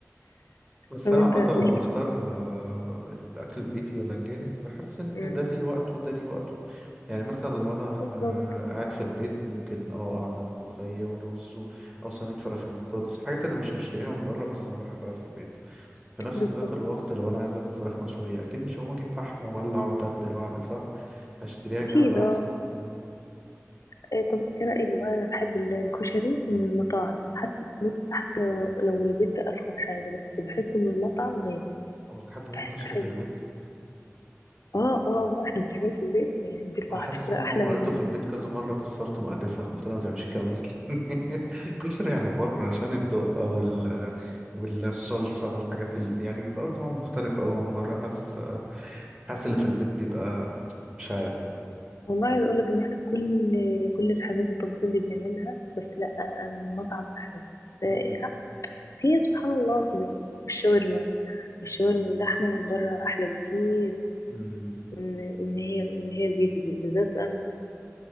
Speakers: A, on the right; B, on the left.
A: بس
B: طب
A: انا
B: انت
A: عامه لو
B: ليك
A: اختار آه، الاكل البيتي ولا الجاهز بحس ان
B: م.
A: ده ليه وقته وده ليه وقته يعني مثلا لو انا
B: بالظبط
A: آه، قاعد في البيت ممكن اه اعمل ملوخيه ورز و- او صينيه فراخ بالبطاطس الحاجات اللي مش هشتريها من بره بس انا بحبها في البيت في نفس
B: بالظبط
A: ذات الوقت
B: صح
A: لو انا عايز اكل فراخ مشويه اكيد مش هقوم اجيب فحم واولع واتبل واعمل صح هشتريها
B: اكيد
A: جاهزه
B: اه
A: احسن مم.
B: إيه طب ايه رأيك بقى انا بحب ال- الكشري من المطاعم حتى بص حتى لو لو من البيت ده افخم حاجة بس بحسه من المطعم غير
A: هو في حد بيعمل
B: بحسه
A: كشري
B: حلو
A: في البيت
B: اه اه آه، احنا بنعمله في البيت يعني بيطلع
A: ما حاسس
B: على فكرة
A: ماما
B: احلى
A: عملته
B: من المطعم
A: في البيت كذا مرة كسرت مقادفها قلت لها ما تعملش الكلام ده <laughs> كشري يعني بره عشان الدقة وال والصلصة والحاجات ال... يعني بيبقى له طعم مختلف أوي من بره حاسس حاسس اللي في البيت بيبقى مش عارف
B: والله عايزة اقولك ان احنا كل كل الحاجات والتفاصيل دي بنعملها بس لا انا من المطعم احلى
A: مم.
B: آه، هي سبحان الله كده والشاورما الشاورما اللحمة من بره احلى بكتير
A: مم.
B: من ان هي من هي البيت دي بالذات بقى من